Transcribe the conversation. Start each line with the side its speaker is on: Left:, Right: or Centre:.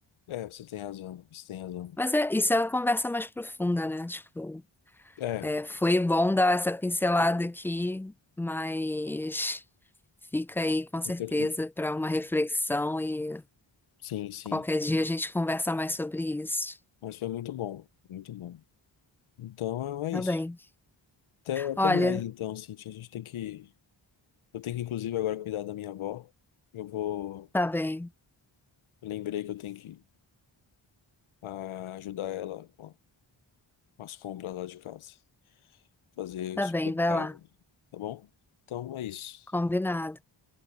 Left: É, você tem razão, você tem razão.
Centre: Mas é, isso é uma conversa mais profunda, né? Tipo,
Left: É,
Centre: é, foi bom dar essa pincelada aqui, mas fica aí com certeza
Left: eu quero ter.
Centre: para uma reflexão e
Left: Sim, sim.
Centre: qualquer dia a gente conversa mais sobre isso.
Left: Mas foi muito bom, muito bom. Então é
Centre: Tá
Left: é isso.
Centre: bem.
Left: Até, até
Centre: Olha,
Left: mais, então, Cintia. A gente tem que. Eu tenho que, inclusive, agora cuidar da minha avó. Eu vou.
Centre: tá bem,
Left: eu lembrei que eu tenho que ah, ajudar ela com as compras lá de casa. Fazer
Centre: tá
Left: o supermercado,
Centre: bem, vai lá.
Left: tá bom? Então é isso.
Centre: Combinado.